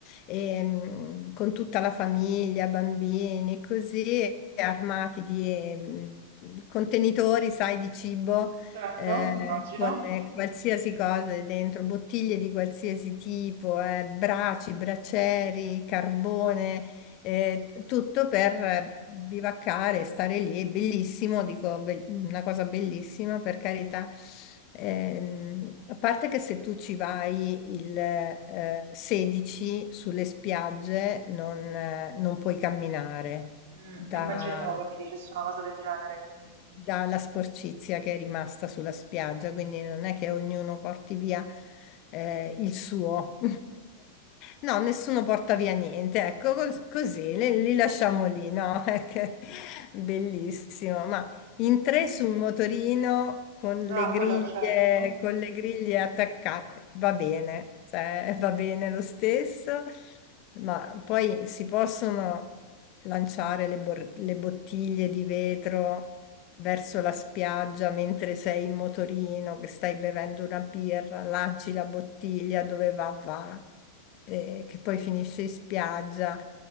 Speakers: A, on the left; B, on the right.
A: ehm, con tutta la famiglia, bambini, così, armati di ehm, contenitori, sai, di cibo
B: certo,
A: eh,
B: immagino,
A: con eh, qualsiasi cosa dentro, bottiglie di qualsiasi tipo, eh, braci, bracieri, carbone, eh, tutto per eh, bivaccare, stare lì, è bellissimo, dico, be- una cosa bellissima, per carità. Ehm, a parte che se tu ci vai il eh, 16 sulle spiagge non, eh, non puoi camminare
B: Mm,
A: Da,
B: immaginavo che mi dicesse una cosa del genere. Mm, mm.
A: dalla sporcizia che è rimasta sulla spiaggia, quindi non è che ognuno porti via eh, il suo. <laughs> No, nessuno porta via niente, ecco, cos- così li, li lasciamo lì, no? <laughs> È che- Bellissimo,
B: Mhm.
A: ma in tre su un motorino con
B: Ah,
A: le griglie,
B: quello certo,
A: con le griglie attaccate, va bene, cioè, va bene lo stesso, ma poi si possono lanciare le bor- le bottiglie di vetro verso la spiaggia mentre sei in motorino, che stai bevendo una birra, lanci la bottiglia dove va, va, eh, che poi finisce in spiaggia.